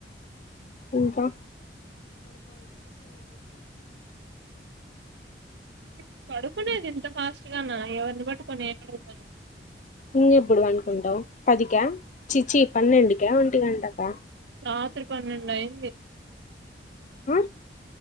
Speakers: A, on the left (about 45°); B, on the right (about 75°).
A: ఇంకా
B: హ్మ్ పడుకునేది ఇంత ఫాస్ట్ గానా ఎవర్ని పట్టుకొని ఏటడుగుతున్నావ్
A: ఇంకెప్పుడు పండుకుంటావు పదికా చీ చీ పన్నెండుకా ఒంటి గంటకా?
B: రాత్రి పన్నెండు అయింది.
A: హ